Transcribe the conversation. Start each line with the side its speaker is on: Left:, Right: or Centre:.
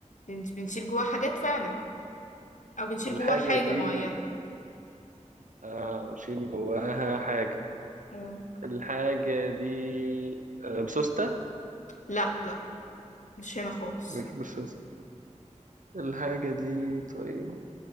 Left: بن- بنشيل جواها حاجات فعلا او بنشيل
Right: الحاجة
Left: جواها حاجة
Right: دي
Left: معينة
Right: آه أشيل جواها حاجة
Left: اه
Right: الحاجة دي آه بسوستة
Left: لا لا مش هنا خالص
Right: مش بسوستة الحاجة دي طيب